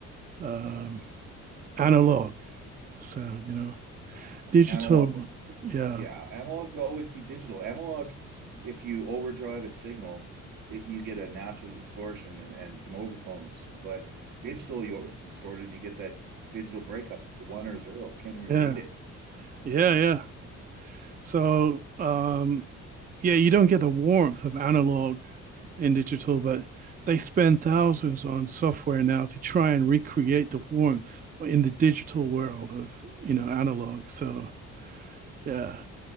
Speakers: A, on the right; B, on the right.
A: um, analog sound, you know, digital.
B: analog,
A: Yeah.
B: yeah, analog will always be digital. Analog, if you overdrive a signal, it, you get a natural distortion and, and some overtones. But digital, you're distorted, you get that digital breakup, one or zero, can't even
A: Yeah.
B: read it.
A: Yeah. Yeah. So, um, yeah, you don't get the warmth of analog in digital, but they spend thousands on software now to try and recreate the warmth in the digital world of, you know, analog. So, yeah.